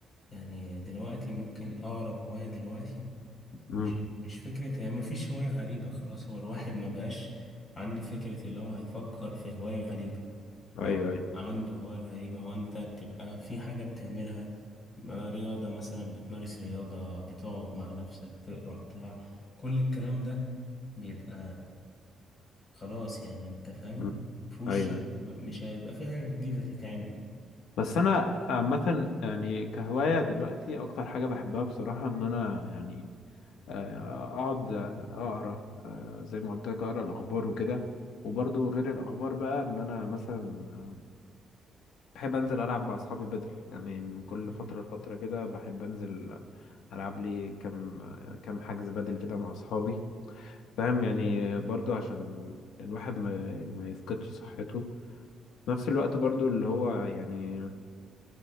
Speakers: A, on the left; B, on the left.
A: يعني دلوقتي ممكن أقرب هواية دلوقتي
B: مم.
A: مش مش فكرة هي مفيش هواية غريبة خلاص هو الواحد ما بقاش عنده فكرة اللي هو هيفكر في هواية غريبة
B: ايوه
A: أو
B: ايوه
A: عنده هواية غريبة هو أنت بتبقى في حاجة بتعملها ما رياضة مثلا بتمارس رياضة بتقعد مع نفسك تقرا بتاع كل الكلام ده بيبقى خلاص يعني أنت فاهم
B: مم.
A: مفهوش
B: ايوه ايوه
A: م- مش هيبقى في حاجة جديدة تتعمل
B: بس انا عامة يعني كهواية دلوقتي اكتر حاجة بحبها بصراحة ان انا يعني آه، اقعد آه، اقرا آه، زي ما قلت لك اقرا الاخبار وكده وبرضو غير الاخبار بقى ان انا مثلا بحب انزل العب مع اصحابي بدل يعني من كل
A: مم.
B: فتره لفتره كده بحب انزل العب لي كام كام حجز بدل كده مع اصحابي فاهم يعني برضو عشان الواحد ما ما يفقدش صحته في نفس الوقت برضو اللي هو يعني